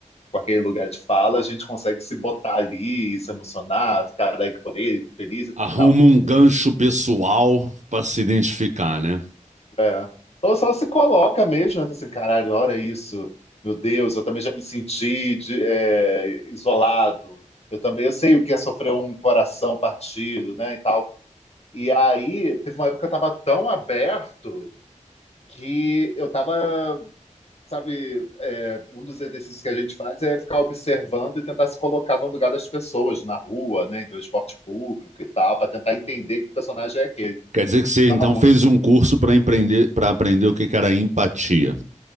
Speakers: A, on the left (about 55°); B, on the right (about 65°).
A: com aquele lugar de fala, a gente consegue se botar ali, se emocionar, ficar alegre por ele, feliz e tal,
B: Arruma
A: tal.
B: um gancho pessoal para se identificar, né?
A: É. Ou só se coloca mesmo, né, assim, caralho, olha isso, meu Deus, eu também já me senti de- é, isolado, eu também, eu sei o que é sofrer um coração partido, né, e tal. E aí, teve uma época que eu tava tão aberto que eu tava sabe, é, um dos exercícios que a gente faz é ficar observando e tentar se colocar no lugar das pessoas, na rua, né, em transporte público e tal, para tentar entender que personagem é aquele.
B: Quer dizer que você
A: Tava
B: então
A: muito.
B: fez um curso para empreender, para aprender o que que era empatia.